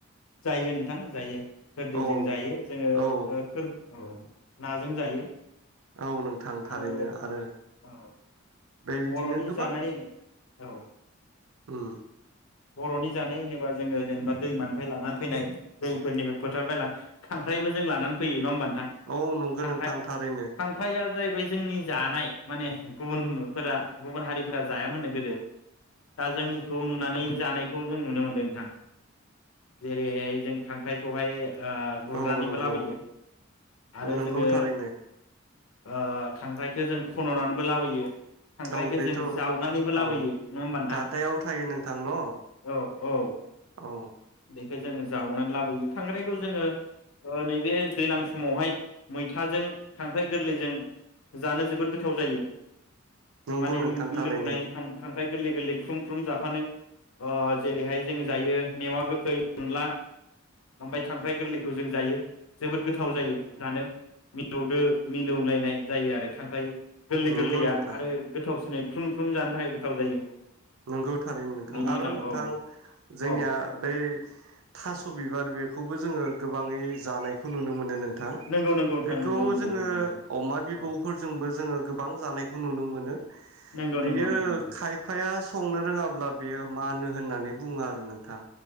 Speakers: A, on the left (about 80°); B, on the right (about 85°).
A: जायो नोंथां जायो खोरदैजों
B: औ
A: जायो जोङो ओ
B: औ
A: खोर औ नाजों जायो।
B: औ नोंथां थारैनो
A: आरो
B: आरो
A: औ
B: बेबायदिनो
A: बर'नि
B: गोबां
A: जानाय
B: उम।
A: औ बर'नि जानाय होनोबा जोङो जेनेबा दैमानिफ्राय लानानै फैनाय दैफोरनिफ्राय फोथारनिफ्राय ला खांख्राइबो जों लानानै फैयो नंङा होमबा नों
B: औ नंगौ
A: खांख्राइ
B: नोंथां थारैनो
A: खांख्राइआ जाहैबाय जोंनि जानाय माने गुबुन फोरा गुबुन हारिफोरा जायामोननो गोदो दा जोंनिखौ नुनानै जानायखौ जों नुनो मोन्दों नोंथां जेरैहाय जों खांख्राइखौहाय ओ गुरनानैबो
B: औ नंगौ
A: लाबोयो आरो
B: नंगौ
A: जोङो
B: थारैनो
A: ओ खांख्राइखो जों खन'नानैबो लाबोयो। खांख्राइखौ
B: औ बेथ'
A: जों जावनानैबो लाबोयो
B: औ
A: नङा होमबा नोंथां?
B: गाथायाव थायो नोंथां न'
A: औ औ
B: औ
A: बे बे जों जावनानै लाबोयो खांख्राइखौ जोङो ओ नैबे दैलां समावहाय मैथाजों खांख्राइ गोरलैजों जानो जोबोद गोथाव जायो।
B: नंगौ
A: माने
B: नोंथां
A: मिलौनाय
B: थारैनो
A: फ्राम फ्राम। ओमफ्राय गोरलै गोरलै ख्रुम ख्रुम जाफानो। अ जेरैहाय जों जायो मेवा गोखै अनला ओमफ्राय खांख्राय गोरलैखौ जों जायो। जोबोद गोथाव जायो जानो। मिलौदो मिलौलायनाय। जायो आरो खांख्राइ गोरलै
B: नंगौ
A: गोरलैया
B: नोंथां
A: आरो गोथावसि दिनै ख्रुम ख्रुम जानो थाखाय गोथाव जायो।
B: नंगौ। थारैनो नोंथां
A: बेनि
B: आरो
A: उनाव
B: नोंथां
A: औ
B: जोंनिया
A: औ
B: बै थास' बिबार बे खौबो जोङो गोबाङै जानायखौ नुनो मोनो नों थां
A: नंगौ नंगौ नोंथां
B: बेखौ
A: नंगौ नंगौ
B: जोङो
A: नंगौ नोंथां
B: अमा बिबौफोरजोंबो
A: औ
B: जोङो गोबां जानाय खौ नुनो मोनो। बेयो
A: नंगौ नंगौ नोंथां नंगौ
B: खायफाया नो रोङाब्ला बेयो मानो होननानै बुङो आरो नोंथां।